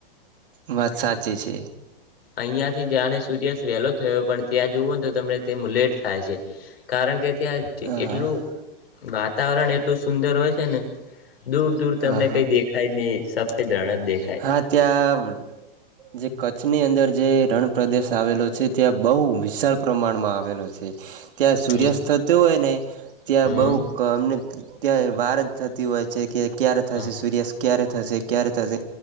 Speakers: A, on the right; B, on the left.
A: મત્સા જે છે.
B: આઈયાથી જાણે સૂર્યાસ્ત વહેલો થયો પણ પણ ત્યાં જુવો ને તો તમે તેમ લેટ થાય છે કારણ કે ત્યાંથી
A: હા
B: એટલું
A: હા
B: વાતાવરણ એટલું સુંદર હોય છે ને. દૂર દૂર
A: હા
B: તમને
A: હા
B: કઈ દેખાય જ નહી સફેદ રણ જ દેખાય
A: હા ત્યાં જે કચ્છની અંદર છે રણ પ્રદેશ આવેલો છે, ત્યાં બહુ વિશાળ પ્રમાણમાં આવેલો છે. ત્યાં સૂર્યાસ્ત
B: હમ
A: થતું હોય અને ત્યાં
B: હમ
A: બહુ અમને ત્યાં વાર થતી હોય. જે કે ક્યારે થશે?
B: હા
A: સૂર્યાસ ક્યારે? થશે ક્યારે થશે.